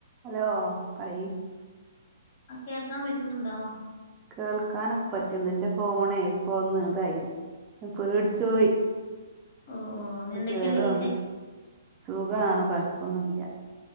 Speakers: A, on the right (about 20°); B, on the left (about 40°).
A: Hello പറയ്...
B: ആ കേൾക്കാൻ പറ്റുന്നുണ്ടോ?
A: കേൾക്കാനൊക്കെ പറ്റുണ്ട്! എന്റെ ഫോണേ ഇപ്പ ഒന്ന് ഇതായി പേടിച്ചുപോയി...
B: ഓ ഓ
A: ഇത്
B: എന്തൊക്കെയുണ്ട്
A: കേടു വന്ന്,,
B: വിശേഷം
A: സുഖമാണ് കൊഴപ്പൊന്നുമില്ല.